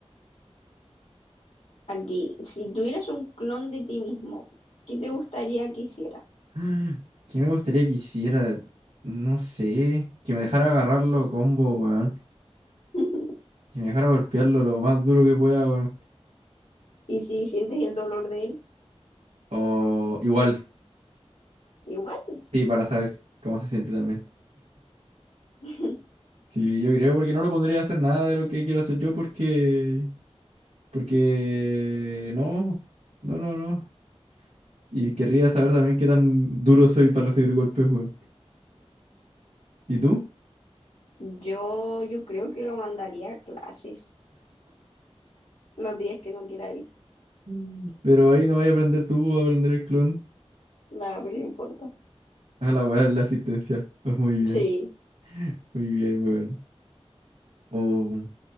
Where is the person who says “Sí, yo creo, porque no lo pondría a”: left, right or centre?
Right